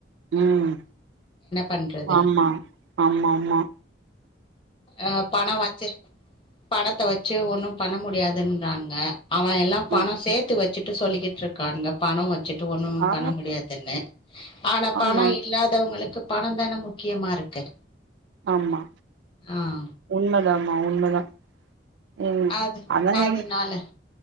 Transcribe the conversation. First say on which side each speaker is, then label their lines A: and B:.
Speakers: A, on the right; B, on the left.
A: ம்
B: பண்றது
A: ஆம்மா ஆமாம்மா
B: அ பணோ வச்சிர் பணத்த வச்சு ஒன்னு பண்ண முடியாதுன்றான்ங்க அவ எல்லா பணோ
A: ம்
B: சேத்து வச்சுட்டு சொல்லிக்கிட்டு இருக்கான்ங்க பணம் வ ச்சிட்டு ஒண்ணும்
A: ஆ
B: பண்ண முடியாதுன்னு ஆனா
A: ஆமா
B: பணோ இல்லாதவங்களுக்கு பணந் தான முக்கியமா இருக்கு
A: ஆம்மா
B: ஆ
A: உண்மதாமா உண்மதா ம்
B: அது
A: அதாயம்
B: அதனால